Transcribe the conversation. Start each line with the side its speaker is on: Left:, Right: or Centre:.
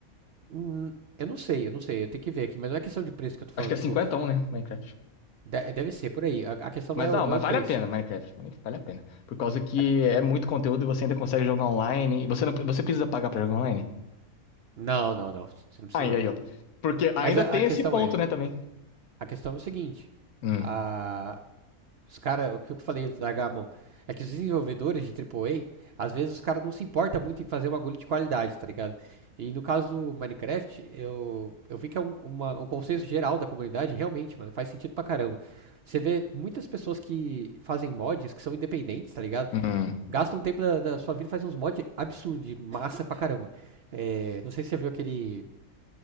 Right: Hum, eu não sei, eu não sei, eu tenho que ver aqui, mas não é questão de preço que eu tô falando,
Left: Acho que é
Right: tipo,
Left: 51, né? Minecraft.
Right: de- deve ser por aí. A, a questão
Left: Mas
Right: não é, o-
Left: não,
Right: não
Left: mas
Right: é o preço.
Left: vale a pena, Minecraft. Minecraft Vale a pena. Por causa que
Right: A-
Left: é muito conteúdo e você ainda consegue jogar online. E Você, não, você precisa pagar pra jogar online?
Right: não, não, não, você não precisa
Left: Aí,
Right: não.
Left: aí, ó. Porque
Right: Mas
Left: ainda
Right: a,
Left: tem
Right: a questão
Left: esse ponto,
Right: é,
Left: né, também.
Right: A questão é o seguinte,
Left: Hum,
Right: a- os cara, o que eu falei, largar a mão, é que os desenvolvedores de AAA, às vezes os caras não se importam muito em fazer uma agulha de qualidade, tá ligado? E no caso do Minecraft, eu, eu vi que é um, uma- um consenso geral da comunidade, realmente, mano, faz sentido pra caramba. Você vê muitas pessoas que fazem mods, que são independentes, tá ligado?
Left: hum.
Right: Gastam um tempo da, da sua vida e fazem uns mods absurdos, de massa pra caramba. É, não sei se você viu aquele